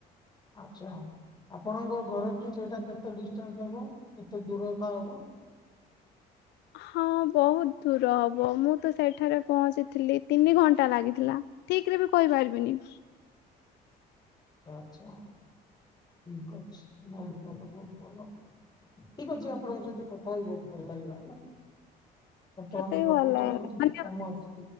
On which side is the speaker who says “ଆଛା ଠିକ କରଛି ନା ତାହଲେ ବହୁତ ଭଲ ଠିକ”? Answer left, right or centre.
Left